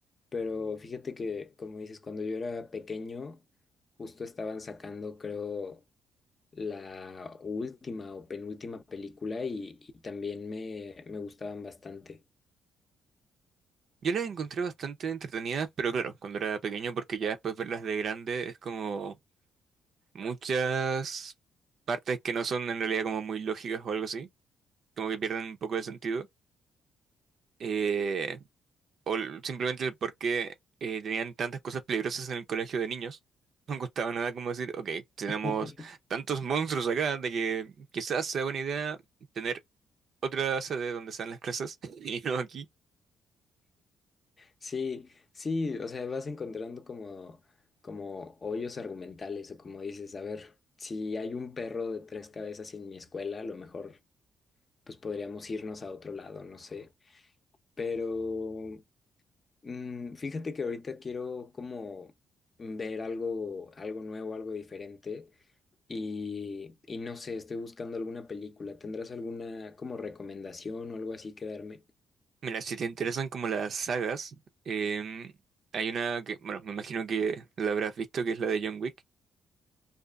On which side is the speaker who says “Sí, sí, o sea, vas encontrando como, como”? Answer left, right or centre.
Left